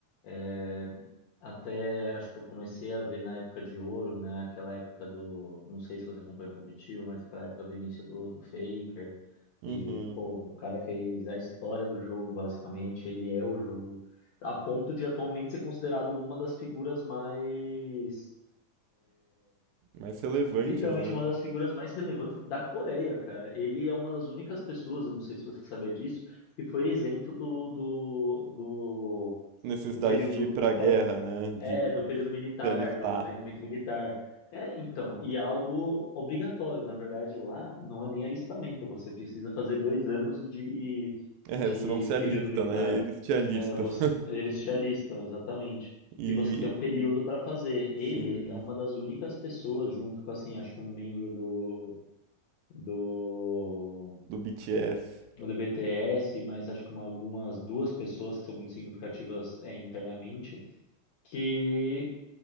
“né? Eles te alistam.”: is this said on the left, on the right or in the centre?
Right